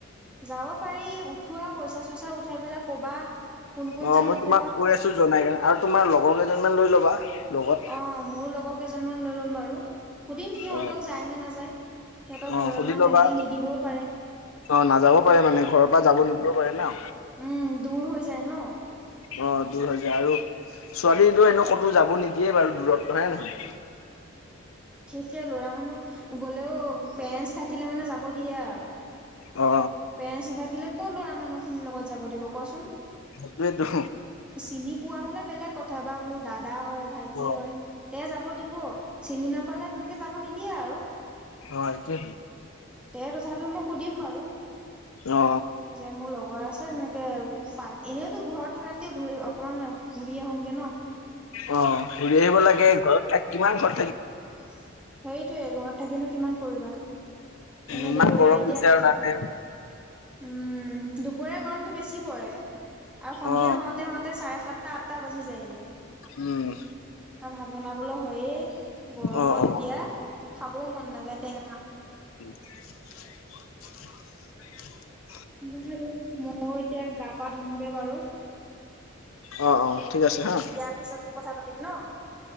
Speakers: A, in the centre; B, on the left.
A: যাব পাৰি উঠোৱা পইচা চইচা উঠাই পেলাই কবা কোন কোন
B: অ
A: যাব
B: মই তোমাক
A: ক'বা
B: কৈ আছো জনাই কাৰনে আৰু তোমাৰ লগৰ কেইজনমান লৈ ল'বা লগত
A: অ মোৰ লগৰ কেইজন মমান লৈ ল'ম বাৰু সুধিম সিহঁতক
B: অ
A: যায় নে নাযায় সিহঁতক
B: অ
A: ঘৰত
B: সুধি
A: মানে
B: ল'বা
A: তেনেকে নিদিবও পাৰে
B: অ নাযাব পাৰে মানে ঘৰৰ পৰা যাব নিদিবও পাৰে ন
A: উম, দূৰ হৈ যায় ন
B: অ দূৰ হৈ যায় আৰু ছোৱালী এনেও কতো যাব নিদিয়ে বাৰু দূৰতো হয়নে নহয়
A: কে ল'ৰা মানুহ গ'লেও পেৰেনচ থাকিলে মানে যাব দিয়ে আৰু
B: অ
A: পেৰেনচ নাথাকিলে ক' লৰা মানুহ খিনিৰ লগত যাব দিব কচোন
B: সেইটোৱেতো
A: চিনি পোৱা হলে বেলেগ কথাবা মোৰ দাদা হয় ভাইটি
B: অ
A: হয় তে যাব দিব চিনি নাপালে তেনেকে যাব নিদ দিয়ে আৰু
B: হয়তো।
A: তে তথাপিও মই সুধিম বাৰু
B: অ
A: যে মোৰ লগৰ আছে তেনেকে কে পাত এনেওতো ঘৰত থকাতকে ঘূৰি অকমান ঘূৰি আহোগে ন
B: অ ঘুৰি আহিব লাগে ঘৰত থাক কিমান খৰ
A: সেইটোৱে ঘৰত থাকিনো কিমান কৰিবা এনে
B: ইমান
A: দুপৰীয়া
B: গৰম
A: এতিয়া
B: দিছে আৰু তাতে
A: উম দুপৰিয়া গৰমতটো বেছি পৰে আৰু সন্ধিয়া
B: অ
A: হওঁতে হওঁতে চাৰে সাত সাতটা আঠটা বাজি যায়গে
B: উম
A: ভাত বনাবলৈ হয়েই গৰমত
B: অ অ
A: এতিয়া খাবও মন নাযায় টেঙা
B: <unintelligible> <inaudible>
A: ম হলে মইও এতিয়া গা পা ধুমগে বাৰু
B: অ অ ঠিক আছে হা
A: দিয়া পিছত কথা পাতিম ন